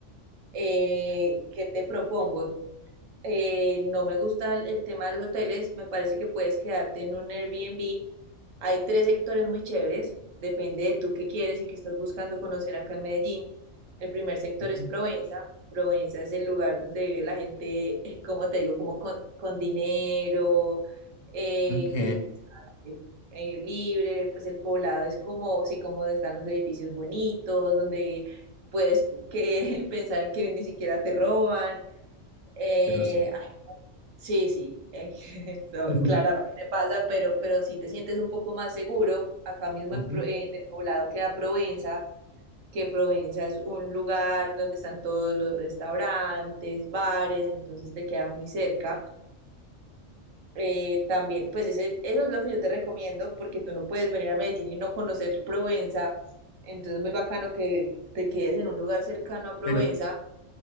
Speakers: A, on the right (about 75°); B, on the left (about 75°).
A: Eh, ¿qué te propongo? eh, no me gusta el, el tema de los hoteles, me parece que puedes quedarte en un Airbnb. Hay tres sectores muy chéveres, depende de tú qué quieres y qué estás buscando conocer acá en Medellín. El primer sector
B: Ujú,
A: es Provenza. Provenza es el lugar donde vive la gente, <laughs> eh, como te digo, como con, con dinero, eh,
B: Ok,
A: que le gusta eh, eh, libre, pues el poblado es como, sí, como están los edificios bonitos, donde puedes que, <laughs> pensar en que ni siquiera te roban. Eh,
B: pero sí.
A: Sí, sí, eh, <laughs> so-
B: <laughs>
A: claramente pasa, pero, pero sí te sientes un poco más seguro. Acá mismo
B: ujú.
A: en, Pro- en el poblado queda Provenza, que Provenza es un lugar donde están todos los restaurantes, bares, entonces te queda muy cerca. Eh, también, pues ese- eso es lo que yo te recomiendo, porque tú no puedes venir a Medellín y no conocer Provenza, entonces es muy bacano que te quedes en un lugar cercano a Provenza
B: Pero